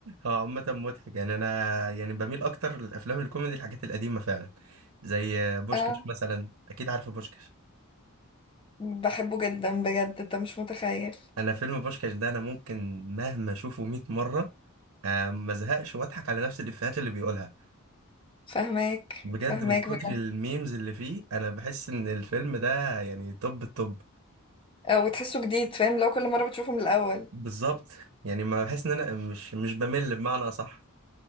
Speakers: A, on the right; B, on the left.
A: هو عامة مضحك يعني أنا يعني بميل أكتر للأفلام الكوميدي الحاجات القديمة فعلا زي بوشكاش
B: اه
A: مثلا أكيد عارفة بوشكاش
B: بحبه جدا بجد انت مش متخيل
A: أنا فيلم بوشكاش ده أنا ممكن مهما أشوفه 100 مرة آه، ما زهقش وأضحك على نفس الإفيهات اللي بيقولها
B: فاهماك
A: بجد
B: فاهماك
A: من كتر
B: بجد
A: الميمز اللي فيه أنا بحس إن الفيلم ده يعني توب التوب
B: آه، وتحسه جديد فاهم لو كل مرة بتشوفه من الأول
A: بالظبط يعني ما بحس إن أنا مش مش بمل بمعنى أصح